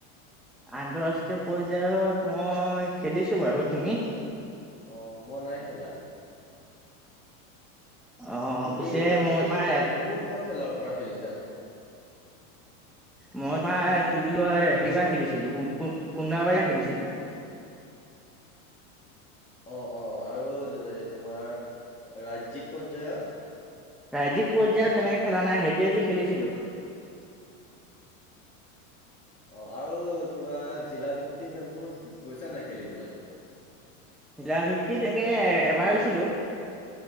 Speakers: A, in the centre; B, on the left.
A: আন্তৰাষ্ট্ৰীয় পৰ্যায়ত মই খেলিছোঁ বাৰু, তুমি?
B: অ', মই নাই খেলা।
A: অ পিছে
B: তুমি,
A: মই
B: তুমি
A: তোমাৰ
B: কোনখন খেলৰ পৰা খেলিছা।
A: মই তাৰ কি বুলি কয়
B: তুমি কোনখন
A: সেইবাৰ খেলিছিলোঁ কুন্দাবাৰি খেলিছিলোঁ।
B: অ', অ', আৰু এ তোমাৰ ৰাজ্যিক পৰ্যায়ত
A: ৰাজিক পৰ্যায়ত তেনেকে খেলা নাই সেইটোৱে যি খেলিছিলোঁ।
B: অ', আৰু কিবা জিলা ভিত্তিক খেলবোৰত গৈছা নাই খেলিবলৈ।
A: জিলা ভিত্তিত তেনেকে এবাৰ আ <unintelligible>